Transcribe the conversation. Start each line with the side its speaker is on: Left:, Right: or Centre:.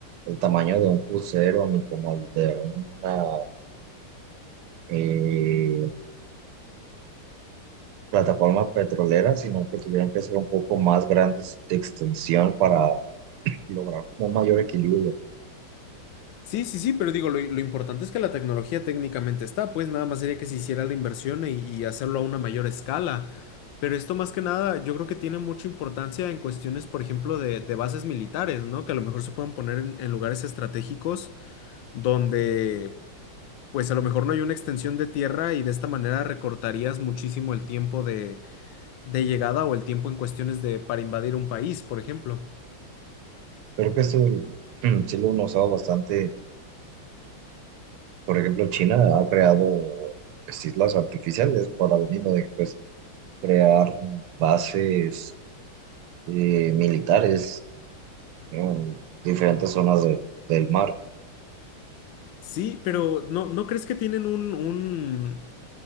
Right: el tamaño de un crucero ni como el de una eh, plataforma petrolera, sino que tuvieran que ser un poco más grandes de extensión para lograr como un mayor equilibrio.
Left: Sí, sí, sí, pero digo, lo, lo importante es que la tecnología técnicamente está, pues nada más sería que se hiciera la inversión y, y hacerlo a una mayor escala. Pero esto más que nada, yo creo que tiene mucha importancia en cuestiones, por ejemplo, de, de bases militares, ¿no? Que a lo mejor se puedan poner en, en lugares estratégicos donde, pues a lo mejor no hay una extensión de tierra y de esta manera recortarías muchísimo el tiempo de, de llegada o el tiempo en cuestiones de para invadir un país, por ejemplo.
Right: Creo que esto mm, sí lo han usado bastante. Por ejemplo, China ha creado pues, islas artificiales para lo mismo de que pues, crear bases eh, militares ¿no? en diferentes zonas de- del mar.
Left: Sí, pero ¿no, no crees que tienen un, un-